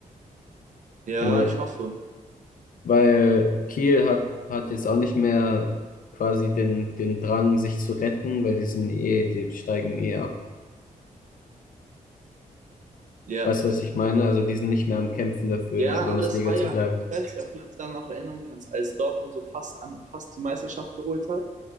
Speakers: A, on the right; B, on the left.
A: Ja,
B: In der,
A: ich hoffe.
B: weil Kiel hat, hat jetzt auch nicht mehr quasi den, den Drang, sich zu retten, weil die sind eh, die steigen eh ab.
A: Ja,
B: Weißt du, was ich meine? Also die sind nicht mehr am Kämpfen dafür,
A: ja,
B: in der Bundesliga
A: aber das war
B: zu
A: ja,
B: bleiben.
A: ich weiß nicht, ob du Ja, dich daran noch erinnern kannst, als Dortmund so fast an, fast die Meisterschaft geholt hat.